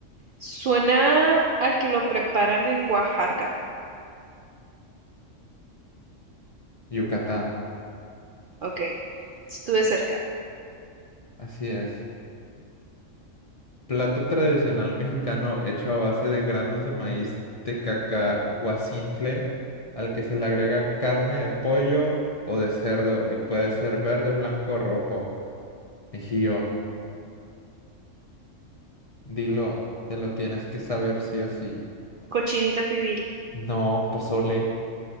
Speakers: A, on the right; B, on the left.
A: Suena a que lo preparan en Oaxaca.
B: Yucatán.
A: Ok, estuve cerca.
B: Así es. Plato tradicional mexicano hecho a base de granos de maíz tecacahuacintle, al que se le agrega carne de pollo o de cerdo y puede ser verde, blanco o rojo. Mijillo, dilo, te lo tienes que saber sí o sí.
A: Cochinita pibil.
B: No, pozole.